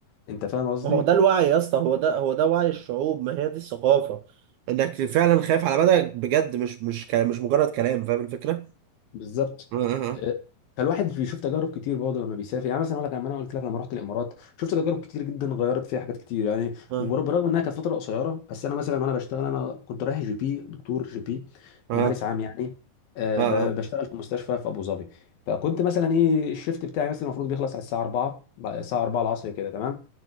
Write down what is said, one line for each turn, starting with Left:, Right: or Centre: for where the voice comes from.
Left: انت فاهم قصدي
Right: ما هو ده الوعي يا اسطى هو ده هو ده وعي الشعوب ما هي دي الثقافة انك فعلا خايف على بدنك بجد مش مش ك- مش مجرد كلام فاهم الفكرة؟
Left: بالظبط
Right: اه
Left: آه، فالواحد بيشوف تجارب كتير برضه لما بيسافر يعني مثلا اقول لك لما انا قلت لك لما رحت الامارات شفت تجارب كتير جدا غيرت فيها حاجات كتير يعني
Right: اه
Left: وبر- برغم انها كانت فتره قصيره بس انا مثلا وانا بشتغل انا كنت رايح جي بي دكتور جي بي
Right: اه
Left: ممارس عام يعني آه،
Right: اه
Left: ب- بشتغل في مستشفى في ابو ظبي فكنت مثلا ايه الشيفت بتاعي مثلا المفروض بيخلص على الساعه 4 بعد- الساعه 4 العصر كده تمام